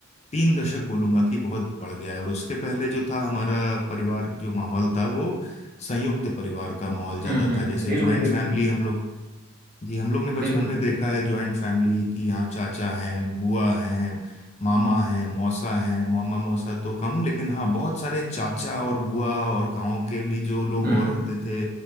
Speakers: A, on the left; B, on the right.
A: तीन दशक बोलूंगा कि बहुत बढ़ गया है और उसके पहले जो था हमारा परिवार जो माहौल था वो संयुक्त परिवार का माहौल ज्यादा
B: हम्म हम्म
A: था
B: हम्म,
A: जैसे
B: बिल्कुल
A: ज्वाइंट
B: बिल्कुल
A: फैमिली
B: बिल्कुल
A: हम लोग जी हम लोग ने बचपन
B: बिल्कुल
A: में
B: बिल्कुल,
A: देखा है जॉइंट फैमिली की यहाँ चाचा हैं बुआ हैं मामा हैं मौसा हैं मामा मौसा तो कम लेकिन हाँ बहुत सारे चाचा और बुआ और गांव के भी जो लोग
B: हम्म
A: और होते थे